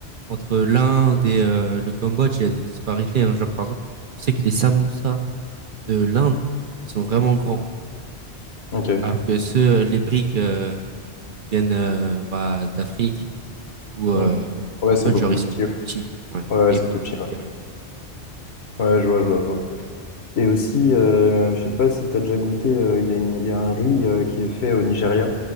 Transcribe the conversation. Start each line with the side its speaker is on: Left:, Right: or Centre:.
Right: entre l'Inde et euh, le Cambodge, il y a des disparités. hein. Genre, par exemple, je sais que les samoussas de l'Inde, ils sont vraiment grands.
Left: Ok.
Right: Alors que ceux, euh, les briques euh, qui viennent euh, bah, d'Afrique ou euh,
Left: Mm.
Right: du
Left: Ouais,
Right: Cambodge,
Left: c'est beaucoup
Right: genre,
Left: plus
Right: ils sont
Left: petit,
Right: plus
Left: ouais.
Right: petits. Ouais,
Left: Ouais,
Right: et
Left: c'est
Right: plus
Left: tout petit, ouais.
Right: garnis.
Left: Ouais, je vois, je vois, je vois. Et aussi, euh, je sais pas si t'as déjà goûté, euh, il y a une- il y a un riz euh, qui est fait au Nigeria.